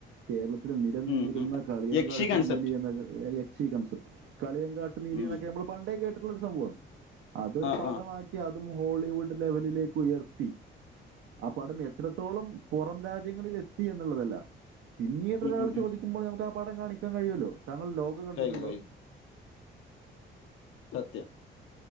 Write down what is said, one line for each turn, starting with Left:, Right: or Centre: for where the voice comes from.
Right: കേരളത്തിലെ നിലനിന്നിരുന്ന
Left: ഉം ഉം
Right: കളിയങ്കാട്ട്
Left: യക്ഷി കൺസെപ്റ്റ്
Right: നീലി എന്ന യക്ഷീ കൺസപ്റ്റ് കളിയംകാട്ട് നീലിന്നക്കെ
Left: ഉം
Right: നമ്മൾ പണ്ടേ കേട്ടുള്ളരു സംഭവാണ് അതൊരു
Left: ആഹ്
Right: പടമാക്കി
Left: ആഹ്
Right: അതും ഹോളിവുഡ് ലെവലിലേക്കുയർത്തി ആ പടം എത്രത്തോളം പൊറം രാജ്യങ്ങളിലെത്തി എന്ന്ള്ളതല്ല പിന്നീടൊരാൾ
Left: ഉം ഉം ഉം
Right: ചോദിക്കുമ്പോൾ നമുക്ക് ആ പടം കാണിക്കാൻ കഴിയല്ലോ. താങ്കൾ ലോക കണ്ടിട്ടുണ്ടോ
Left: കഴിയും കഴിയും സത്യം